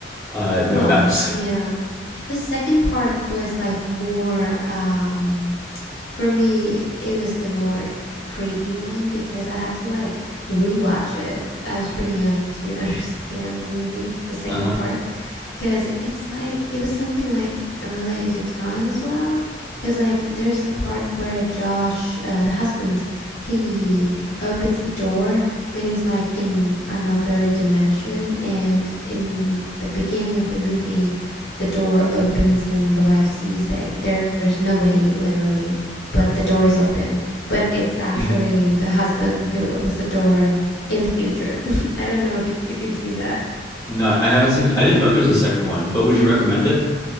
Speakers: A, on the left; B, on the left.
A: Uh no,
B: Well,
A: that was
B: yeah. The second part was like more, um, For me, it was the more creepy one because I had to like rewatch it. I was pretty young to <laughs> understand the movie,
A: <laughs>
B: the second
A: Uh-huh.
B: part, because it's like it was something like related to time as well. Because like there's a part where Josh, uh, the husband, he opens the door when he's like in another dimension, and in the beginning of the movie, the door opens and the wife sees like there's nobody literally but the door is open. But it's actually
A: hmm
B: the husband who opens the door in the future. <laughs> I don't know if you, if you've seen that.
A: No, I haven't seen I didn't know there's a second one, but would you recommend it?